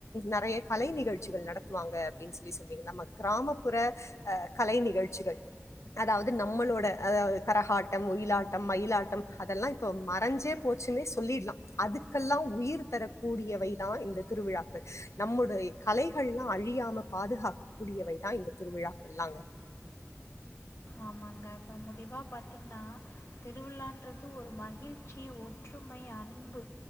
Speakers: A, on the left (about 75°); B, on the left (about 60°).
A: நெறைய கலை நிகழ்ச்சிகள் நடத்துவாங்க அப்டின்னு சொல்லி சொன்னீங்க நம்ம க்ராமப்புற அ கலை நிகழ்ச்சிகள் அதாவது நம்மளோட அ கரகாட்டம் ஒயிலாட்டம் மயிலாட்டம் அதெல்லா இப்போ மறைஞ்சே போ ச்சுனே சொல்லிட்லா அதுக்கெல்லாம் உயிர் தரக்கூடியவைதா இந்த திருவிழாக்கள் நம்முடைய கலைகள்லாம் அழியாமல் பாதுகாக்கக்கூடியவை தான் இந்த திருவிழாக்கள்லாங்க
B: ஆமாங்க இப்ப முடிவா பாத்தீங்கன்னா திருவிழான்றது ஒரு மகிழ்ச்சி ஒற்றுமை அன்பு